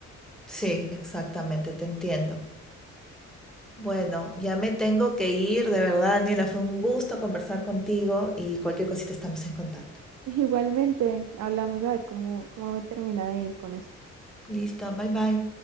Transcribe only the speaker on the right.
<laughs> Igualmente, hablamos a ver cómo, cómo me termina de ir con esto.